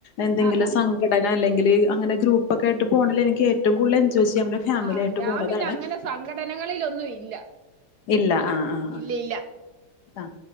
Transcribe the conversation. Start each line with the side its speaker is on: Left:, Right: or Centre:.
Left: എന്തെങ്കിലും
Right: ആഹാ
Left: സംഘ ഘടന അല്ലങ്കിൽ അങ്ങനെ ഗ്രൂപ്പൊക്കെ ആയിട്ട് പോണേല് എനിക്ക് ഏറ്റവും കൂടുതൽ എൻജോയ് ചെയ്യാന്നെ ഫാമിലി
Right: ആഹ്
Left: ആയിട്ട്
Right: ഞാൻ
Left: പോണതാണ്.
Right: പിന്നെ അങ്ങനെ സംഘടനകളിലൊന്നും ഇല്ല
Left: ഇല്ല ആ ആ ആ.
Right: ഇല്ല ഇല്ല
Left: അ.